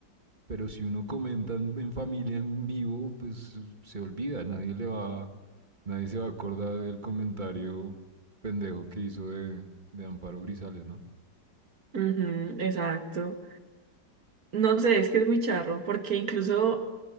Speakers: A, on the right; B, on the right.
A: Pero si uno comenta en, en familia, en vivo, pues se olvida, nadie le va, nadie se va a acordar del comentario pendejo que hizo de, de Amparo Grisales, ¿no?
B: ujú, Exacto. No sé, es que es muy charro, porque incluso